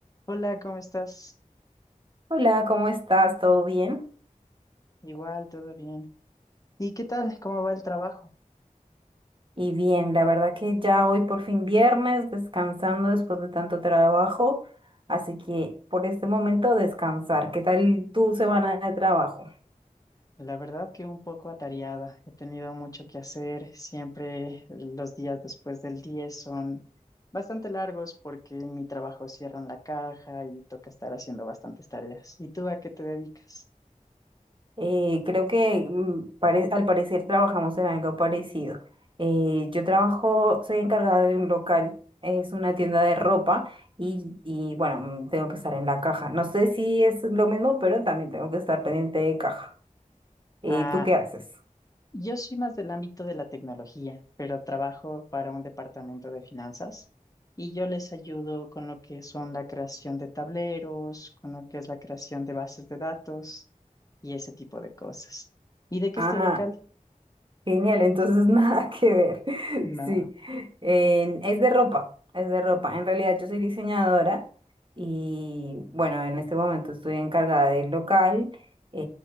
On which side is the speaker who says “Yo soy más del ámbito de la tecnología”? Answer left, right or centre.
Left